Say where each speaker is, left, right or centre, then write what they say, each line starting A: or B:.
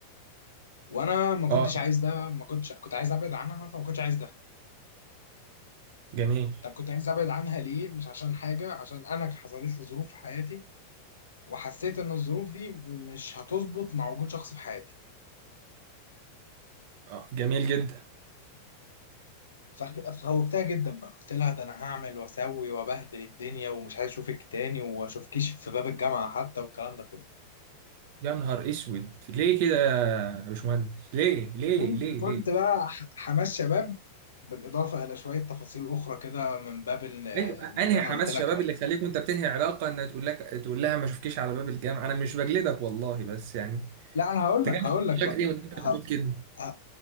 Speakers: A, on the left (about 70°); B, on the right (about 50°).
A: وانا ما كنتش
B: اه
A: عايز ده ما كنتش كنت عايز ابعد عنها فما كنتش عايز ده
B: جميل
A: طب كنت عايز ابعد عنها ليه مش عشان حاجة عشان انا حصلت لي ظروف في حياتي وحسيت ان الظروف دي مش هتظبط مع وجود شخص في حياتي
B: آه، جميل جدا
A: صاحبي خوفتها جدا بقى قلت لها ده انا هعمل واسوي وابهدل الدنيا ومش عايز اشوفك تاني واشوفكيش في باب الجامعه حتى والكلام ده كله
B: يا نهار اسود ليه كده يا باشمهندس ليه ليه
A: كنت
B: ليه
A: كنت
B: ليه
A: بقى ح- حماس شباب بالاضافه الى شويه تفاصيل اخرى كده من باب ال- اللي
B: ايوه انهي
A: انا
B: حماس
A: قلت لك
B: شباب
A: إن-
B: اللي يخليك وانت بتنهي علاقه ان تقول لك تقول لها ما اشوفكيش على باب الجامعه انا مش بجلدك والله بس يعني
A: لا انا هقول
B: انت
A: لك
B: كان
A: هقول لك
B: شكلك
A: بقى
B: ايه وانت بتقول
A: ه-
B: كده
A: ه-